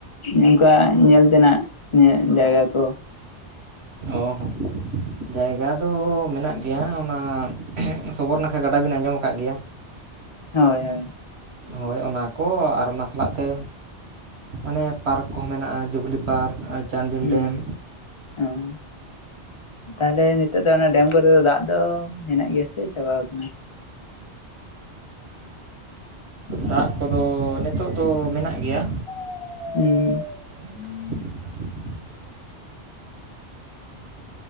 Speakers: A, on the left (about 50°); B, on the right (about 65°).
A: ᱚᱱᱠᱟ ᱧᱮᱞ ᱛᱮᱱᱟᱜ ᱧᱮ ᱡᱟᱭᱜᱟ ᱠᱚ
B: ᱚ ᱦᱚᱸ ᱡᱟᱭᱜᱟ ᱫᱚ ᱢᱮᱱᱟᱜ ᱜᱮᱭᱟ ᱚᱱᱟ ᱥᱚᱵᱚᱨ ᱱᱟᱠᱷᱟ ᱜᱟᱰᱟ ᱵᱤᱱ ᱟᱸᱡᱚᱢ ᱟᱠᱟᱫ ᱜᱮᱭᱟ
A: ᱦᱳᱭ ᱦᱳᱭ
B: ᱦᱳᱭ ᱚᱱᱟ ᱠᱚ ᱟᱨ ᱚᱱᱟ ᱥᱟᱞᱟᱜ ᱛᱮ ᱢᱟᱱᱮ ᱯᱟᱨᱠ ᱠᱚᱸ ᱢᱮᱱᱟᱜᱼᱟ ᱡᱩᱵᱽᱞᱤ ᱯᱟᱨᱠ ᱪᱟᱱᱰᱤᱞ
A: ᱦᱩᱸ
B: ᱰᱮᱢ
A: ᱚ ᱛᱟᱦᱞᱮ ᱱᱤᱛᱚᱜ ᱫᱚ ᱚᱱᱟ ᱰᱮᱢ ᱠᱚᱨᱮ ᱫᱚ ᱫᱟᱜ ᱫᱚ ᱦᱮᱱᱟᱜ ᱜᱮᱭᱟ ᱥᱮ ᱪᱟᱵᱟᱣ ᱠᱟᱱᱟ
B: ᱫᱟᱜ ᱠᱚᱫᱚ ᱱᱤᱛᱳᱜ ᱫᱚ ᱢᱮᱱᱟᱜ ᱜᱮᱭᱟ
A: <unintelligible> ᱩᱸ
B: <inaudible>